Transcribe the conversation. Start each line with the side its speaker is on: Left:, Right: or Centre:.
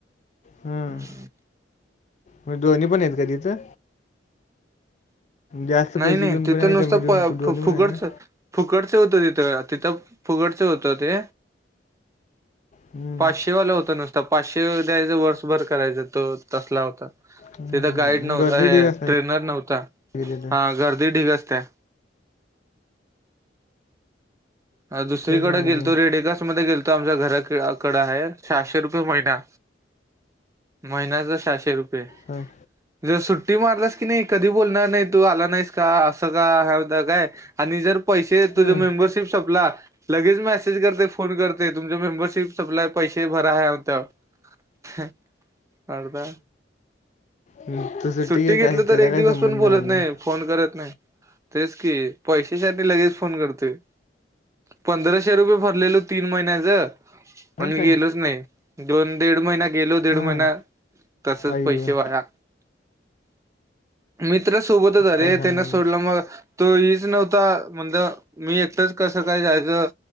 Left: हम्.
Right: हम्म.
Left: म दोन्ही पण आहेत का तिथं? जास्त
Right: नाही
Left: पैशे
Right: नाही
Left: देऊन
Right: तिथं
Left: पण आणि
Right: नुसतं
Left: कमी देऊन
Right: प
Left: तू दोन्ही
Right: फुकटच फुकटचं
Left: पण हाय काय?
Right: फुकटचं होतं तिथं तिथं फुकटचं होत ते.
Left: हम्म.
Right: पाचशेवालं होतं नुसत पाचशे द्यायचं वर्षभर करायचं तो तसला होता
Left: हम्म.
Right: तिथं गाईड नव्हता
Left: गर्दी
Right: हे
Left: ठीक असणार
Right: ट्रेनर नव्हता.
Left: <unintelligible>
Right: हा गर्दी ढीग असत्या. अ दुसरीकड
Left: तेच म्हणाले
Right: गेलतो रेडिदास मध्ये गेलतो आमच्या घराककडं आहे सहाशे रुपये महिना. महिन्याचं सहाशे रुपये
Left: होय.
Right: जर सुट्टी मारलास की नाही कधी बोलणार नाहीत. तू आला नाहीस का असं का हे होता काय आणि जर पैशे
Left: हं.
Right: तुझा मेंबरशिप सपला लगेच मेसेज करतय फोन करतय तुमचा मेंबरशिप सपलाय पैशे भरा ह्याव त्याव ह्या अर्दा
Left: हं. तसं
Right: सुट्टी
Left: ठीक आहे
Right: घेतली
Left: काय
Right: तर
Left: त्याचा
Right: एक
Left: काय
Right: दिवस
Left: संबंध
Right: पण बोलत
Left: म्हणा
Right: नाही फोन करत नाही तेच की पैशासाठी लगेच फोन करतोय. पंधराशे रुपये भरलेलो तीन महिन्याच
Left: ना
Right: आणि
Left: काय
Right: गेलोच नाही. दोन दीड महिना गेलो दीड
Left: हां
Right: महिना तसचं
Left: आई
Right: पैशे
Left: गं.
Right: वाया. मित्र सोबतचं आरे
Left: काय
Right: त्यांन
Left: सांगालीस
Right: सोडला मग तो हेच नव्हता म्हणलं मी एक एकटच कसं काय जायचं